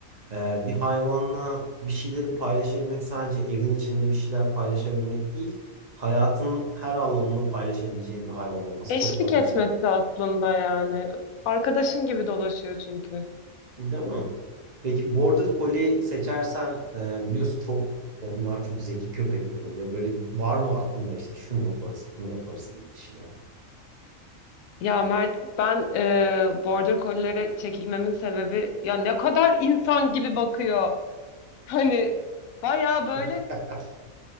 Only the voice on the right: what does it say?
e, bir hayvanla bir şeyleri paylaşabilmek sadece evin içinde bir şeyler paylaşabilmek değil, hayatının her alanını paylaşabileceğin bir hayvan olması
çok daha
güzel.
Değil mi? Peki Border Collie seçersen e, biliyorsun çok onlar çok zeki köpekler oluyor. Böyle var mı aklında işte şunu yaparız, bunu yaparız gibi bir şeyler.
<laughs>